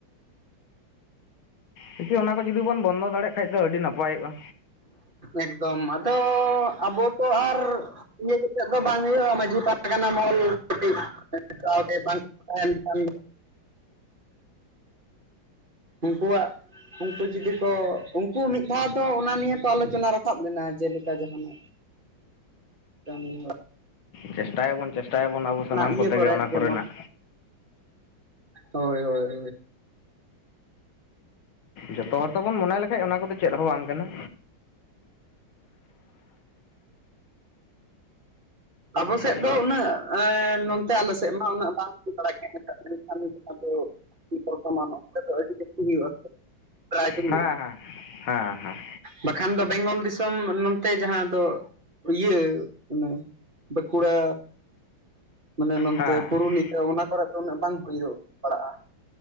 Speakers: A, on the left (about 80°); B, on the right (about 25°).
A: ᱠᱤᱪᱷᱩ ᱚᱱᱟ ᱠᱚ ᱡᱩᱫᱤ ᱵᱚᱱ ᱵᱚᱱᱫᱚ ᱫᱟᱲᱮᱭᱟᱜ ᱠᱷᱟᱡ ᱫᱚ ᱟᱹᱰᱤ ᱱᱟᱯᱟᱭᱚᱜᱼᱟ᱾
B: ᱮᱠᱫᱚᱢ ᱟᱫᱚ ᱟᱵᱚ ᱛᱚ ᱟᱨ ᱤᱭᱟᱹ ᱠᱟᱛᱮᱫ ᱫᱚ ᱵᱟᱝ ᱦᱩᱭᱩᱜᱼᱟ, ᱢᱟᱺᱡᱷᱤ ᱯᱟᱨᱜᱟᱱᱟ ᱢᱚᱦᱚᱞ ᱠᱟᱹᱴᱤᱡ <inaudible> ᱵᱟᱝ <unintelligible> ᱩᱱᱠᱩᱣᱟᱜ ᱩᱱᱠᱩ ᱡᱩᱫᱤ ᱠᱚ ᱩᱱᱠᱩ ᱢᱤᱫ ᱫᱷᱟᱣ ᱫᱚ ᱚᱱᱟ ᱱᱤᱭᱮ ᱛᱚ ᱟᱞᱳᱪᱚᱱᱟ ᱨᱟᱠᱟᱵ ᱞᱮᱱᱟ, ᱡᱮᱞᱮᱠᱟ ᱡᱟᱦᱟᱱᱟᱜ ᱠᱟᱹᱢᱤ ᱦᱚ
A: ᱪᱮᱥᱴᱟᱭᱟᱵᱚᱱ ᱪᱮᱥᱴᱟᱭᱟᱵᱚᱱ ᱟᱵᱚ ᱥᱟᱱᱟᱢ
B: ᱤᱭᱟᱹ
A: ᱠᱚ
B: ᱠᱚᱨᱮᱫ
A: ᱛᱮᱜᱮ ᱚᱱᱟ
B: ᱡᱮᱢᱚᱱ
A: ᱠᱚᱨᱮᱱᱟᱜ
B: ᱦᱳᱭ ᱦᱳᱭ ᱦᱳᱭ᱾
A: ᱡᱚᱛᱚ ᱦᱚᱲ ᱛᱮᱵᱚᱱ ᱢᱚᱱᱮ ᱞᱮᱠᱟᱡ ᱚᱱᱟ ᱠᱚᱫᱚ ᱪᱮᱫ ᱦᱚᱸ ᱵᱟᱝ ᱠᱟᱱᱟ᱾
B: ᱟᱵᱚ ᱥᱮᱫ
A: ᱦᱮᱸ
B: ᱫᱚ ᱩᱱᱟᱹᱜ ᱮᱸ ᱱᱚᱱᱛᱮ ᱟᱞᱮ ᱥᱮᱫ ᱢᱟ ᱩᱱᱟᱹᱜ ᱵᱟᱝ ᱦᱩᱭ ᱵᱟᱲᱟᱜ ᱜᱮᱭᱟ᱾ <inaudible> ᱠᱷᱟᱱ ᱫᱚ ᱵᱚᱨᱛᱚᱢᱟᱱ ᱫᱚ ᱟᱹᱰᱤ ᱡᱟᱥᱛᱤ ᱦᱩᱭᱩᱜᱼᱟ ᱥᱮ? ᱯᱨᱟᱭ ᱫᱤᱱ
A: ᱦᱮᱸ
B: ᱞᱮᱠᱟ᱾
A: ᱦᱮᱸ ᱦᱮᱸ
B: ᱵᱟᱠᱷᱟᱱ ᱫᱚ ᱵᱮᱝᱜᱚᱞ ᱫᱤᱥᱚᱢ ᱱᱚᱛᱮ ᱡᱟᱦᱟᱸ ᱫᱚ ᱤᱭᱟᱹ ᱚᱱᱟ ᱵᱟᱸᱠᱩᱲᱟ ᱢᱟᱱᱮ ᱱᱚᱱᱛᱮ
A: ᱦᱮᱸ
B: ᱯᱩᱨᱩᱞᱤᱭᱟᱹ ᱚᱱᱟ ᱠᱚᱨᱮ ᱫᱚ ᱩᱱᱟᱹᱜ ᱵᱟᱝ ᱦᱩᱭᱩᱜ ᱵᱟᱲᱟᱜᱼᱟ᱾